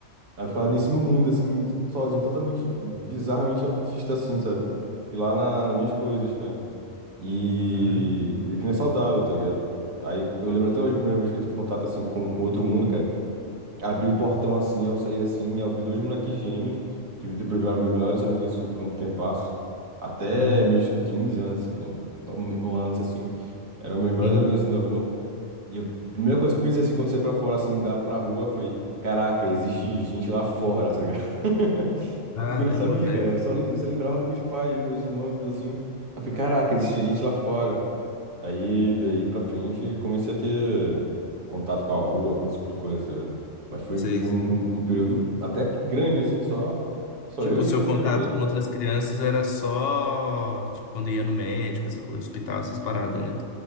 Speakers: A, on the right (about 85°); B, on the left (about 55°).
A: Aí eu ficava nesse meu mundo, assim, sozinho, totalmente, bizarramente autista, assim, sabe? E lá na, nas minhas coisas, cara. E,
B: Caramba.
A: e o que não é saudável, tá ligado? Aí eu lembro até hoje a primeira vez que eu tive contato, assim, com, com outro mundo, cara. Abri o portão assim, eu saí assim, eu vi dois moleques gêmeos, que depois viraram meus melhores amigos assim por um tempasso. Até
B: Uhum.
A: meus 15 anos, não, ou antes assim, eram meus melhores
B: Uhum.
A: amigos assim da rua. E a primeira coisa que eu pensei assim, quando saí pra fora assim, da pra rua, foi: caraca, existe gente lá fora, tá ligado? <laughs>
B: Caramba,
A: Porque eu não sabia,
B: velho.
A: cara, eu só, lem- eu só lembrava dos meus pais, meus irmãos, tudo assim. Aí Eu falei: caraca, existe gente lá fora. Aí, daí pra frente, comecei a ter contato com a rua, com esse tipo de coisa, tá ligado? Mas foi,
B: Sei,
A: foi
B: sei.
A: um, um período até que grande, assim, só, só
B: Tipo,
A: eu
B: o
A: e
B: seu
A: eu mesmo,
B: contato
A: tá ligado?
B: com outras crianças era só, tipo, quando ia no médico, essas- hospital, essas paradas, né?